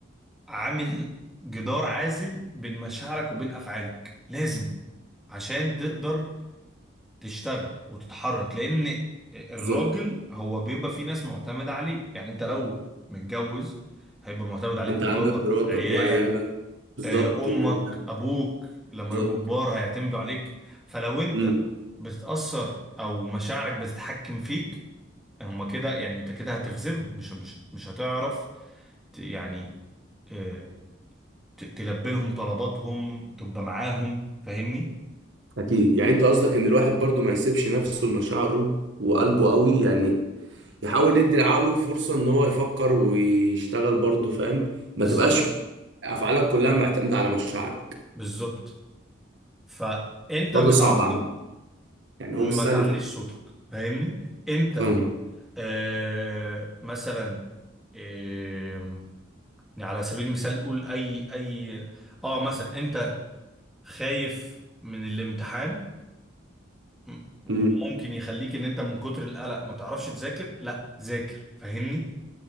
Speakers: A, in the centre; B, on the right.
A: عامل جدار عازل بين مشاعرك وبين افعالك لازم عشان تقدر تشتغل وتتحرك لان الراجل
B: بالظبط
A: هو بيبقى فيه ناس معتمدة عليه يعني انت لو متجوز هيبقى معتمد عليك
B: انت
A: مراتك
B: عندك مراتك
A: عيالك
B: وعيالك بالظبط
A: آه، امك
B: وبيتك
A: ابوك لما
B: بالظبط
A: يبقوا كبار هيعتمدوا عليك فلو انت
B: امم
A: بتتأثر او مشاعرك بتتحكم فيك هما كده يعني انت كده هتخذلهم مش مش مش هتعرف ت- يعني آه، ت- تلبي لهم طلباتهم تبقى معاهم فاهمني
B: اكيد يعني انت قصدك ان الواحد برضو ما يسيبش نفسه لمشاعره وقلبه قوي يعني يحاول يدي لعقله فرصه ان هو يفكر ويشتغل برضو فاهم
A: بالظبط
B: ما تبقاش افعالك كلها معتمده على مشاعرك
A: بالظبط فانت
B: برضه
A: متعصب
B: صعب عامه يعني
A: ما
B: هو مش سهل
A: تعليش صوتك فاهمني انت
B: فاهم
A: آه مثلا آه يعني على سبيل المثال قول اي اي اه مثلا انت خايف من الامتحان م- وممكن
B: امم
A: يخليك ان انت من كتر القلق ما تعرفش تذاكر لا ذاكر فاهمني